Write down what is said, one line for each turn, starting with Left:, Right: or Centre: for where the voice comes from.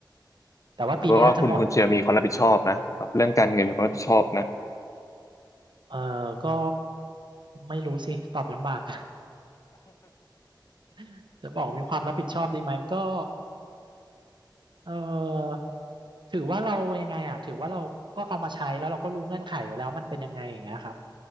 Right: แต่ว่าปีนี้น่าจะหมด
Left: เพราะว่าคุณคุณเชลมีความรับผิดชอบนะครับเรื่องการเงินมีความรับผิดชอบนะ
Right: ทำไม เออก็ไม่รู้สิตอบลำบาก <laughs> จะบอกมีความรับผิดชอบดีไหมก็เออถือว่าเรายังไงอ่ะถือว่าเราก็เอามาใช้แล้วเราก็รู้เงื่อนไขอยู่แล้วมันเป็นยังไงอย่างเงี้ยครับ